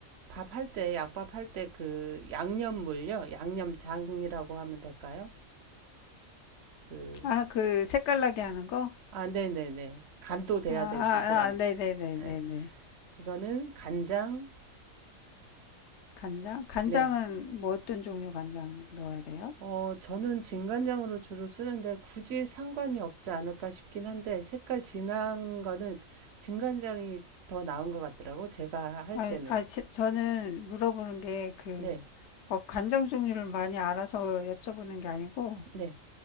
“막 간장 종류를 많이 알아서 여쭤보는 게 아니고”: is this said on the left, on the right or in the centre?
Left